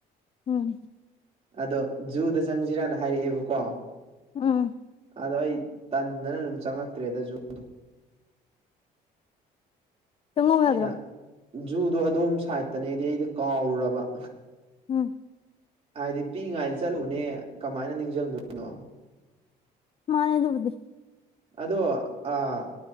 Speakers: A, on the left; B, on the right.
A: ꯎꯝ
B: ꯑꯗꯣ ꯖꯨꯗ ꯆꯪꯁꯤꯔꯅ ꯍꯥꯏꯔꯛꯑꯦꯕꯀꯣ
A: ꯎꯝ
B: ꯑꯗꯣ ꯑꯩ ꯇꯟꯗꯅ ꯑꯗꯨꯝ ꯆꯪꯉꯛꯇ꯭ꯔꯦꯗ ꯖꯨꯗꯣ
A: ꯆꯪꯉꯧ ꯌꯥꯗ꯭ꯔꯣ
B: ꯑꯩꯅ ꯖꯨꯗꯣ ꯑꯗꯣꯝ ꯁꯥꯏꯠꯇꯅꯦꯗꯤ ꯑꯩꯗ ꯀꯥꯎꯔꯨꯔꯕ
A: ꯎꯝ
B: ꯍꯥꯏꯗꯤ ꯄꯤꯛꯏꯉꯥꯏꯅ ꯆꯠꯂꯨꯅꯦ ꯀꯃꯥꯏꯅ ꯅꯤꯡꯁꯤꯡꯗꯣꯏꯅꯣ
A: ꯃꯥꯅꯦ ꯑꯗꯨꯕꯨꯗꯤ
B: ꯑꯗꯣ ꯑ